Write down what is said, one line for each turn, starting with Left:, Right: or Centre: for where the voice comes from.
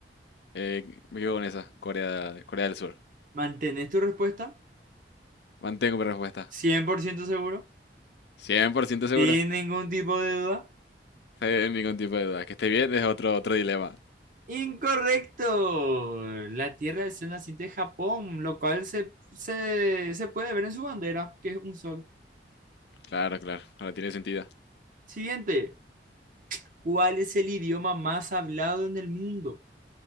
Left: Eh, me quedo con esa, Corea, Corea del Sur.
Right: ¿Mantenés tu respuesta?
Left: Mantengo mi respuesta.
Right: 100% seguro.
Left: cien por ciento seguro.
Right: Sin ningún tipo de duda.
Left: Sin ningún tipo de duda. Que esté bien es otro, otro dilema.
Right: Incorrecto. La Tierra es el naciente de Japón, lo cual se, se, se puede ver en su bandera, que es un sol.
Left: Claro, claro. Ahora tiene sentido.
Right: Siguiente. ¿Cuál es el idioma más hablado en el mundo?